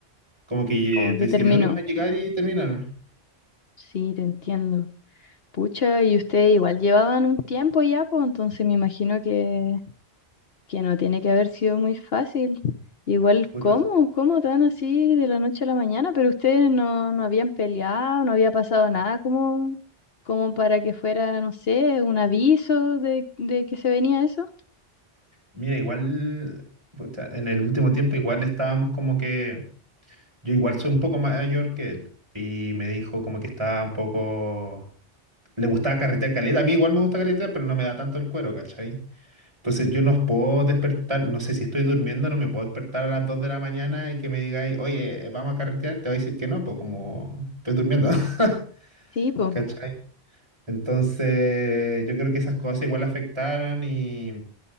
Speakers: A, on the right (about 25°); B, on the left (about 65°).
A: como que
B: Como
A: eh, decidió
B: que terminó.
A: nomás llegar y terminar.
B: Sí, te entiendo. Pucha, y ustedes igual llevaban un tiempo ya, pues entonces me imagino que, que no tiene que haber sido muy fácil. Igual,
A: Puta,
B: ¿cómo? ¿Cómo tan así de la noche a la mañana? Pero ustedes no, no habían peleado, no había pasado nada como, como para que fuera, no sé, un aviso de, de que se venía eso.
A: Mira, igual puta, en el último tiempo igual estábamos como que yo igual soy un poco mayor que él y me dijo como que estaba un poco le gustaba carretear caleta. A mí igual me gusta carretear, pero no me da tanto el cuero, ¿cachai? Entonces yo no puedo despertar, no sé si estoy durmiendo, no me puedo despertar a las 2 de la mañana y que me digáis, oye, eh, vamos a carretear, te voy a decir que no, pues como estoy durmiendo, <laughs>
B: Sí, pues.
A: ¿cachai? Entonces yo creo que esas cosas igual afectaron y...